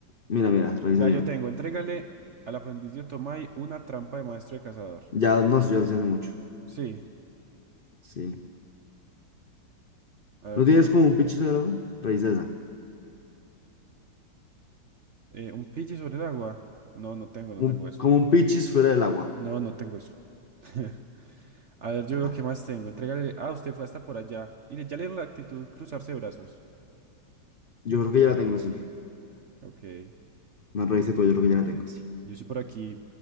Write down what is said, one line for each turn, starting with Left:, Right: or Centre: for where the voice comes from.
Left: Mira, mira, revisa
Right: Vea,
Left: bien.
Right: yo tengo, entrégale al aprendiz de Otomai una trampa de maestro de cazador.
Left: Ya, no sé, ya lo hice hace mucho.
Right: Sí,
Left: Sí.
Right: a ver,
Left: ¿No tienes
Right: yo.
Left: como un pichis fuera del agua? Revisa esa.
Right: eh, ¿un pichi sobre el agua? No, no tengo, no tengo
Left: Un-
Right: eso.
Left: como un pichis fuera del agua.
Right: No, no tengo eso. <laughs> A ver, yo veo
Left: Ah,
Right: qué más tengo. Entrégale. Ah, usted fue hasta por allá. Y le, ya le dieron la actitud cruzarse de brazos.
Left: yo creo que ya la tengo, sí.
Right: Ok.
Left: No revisé, pero yo creo que ya la tengo, sí.
Right: Yo sí por aquí.